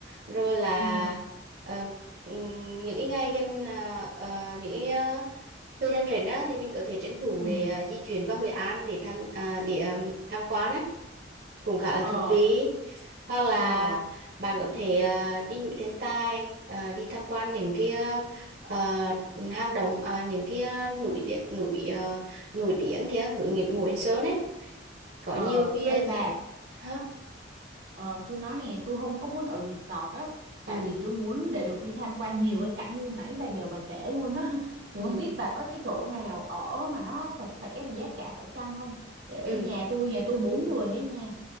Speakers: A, on the right (about 55°); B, on the right (about 85°).
A: rồi là
B: ừ,
A: ờ, ừm, những cái ngày gần uh, những cái ờ, thời gian rảnh á, thì mình có thể tranh thủ
B: ừ.
A: để à, di chuyển vào Hội An để tham à, để à, tham quan á cũng khá là
B: Ờ,
A: thú vị hoặc là
B: ờ,
A: bạn có thể à, đi núi Thần Tài à, đi tham quan những cái à, à, hang động à, những cái à, núi tiếng núi à, nổi tiếng kia núi Ngũ Ngũ Yên Sơn ấy có
B: ờ.
A: nhiều cái
B: Ê
A: à, gì
B: bà,
A: hả
B: Ờ, tôi nói nè tôi không có muốn ở resort á tại
A: ừ
B: vì tôi muốn để được đi tham quan nhiều cái cảnh như nãy bà giờ bà kể luôn á <laughs> thì
A: ừ
B: không biết bà có cái chỗ nào ở mà nó sạch sẽ mà giá cả phải chăng không để
A: ừ
B: nhà tôi nhà tôi bốn người ở nhà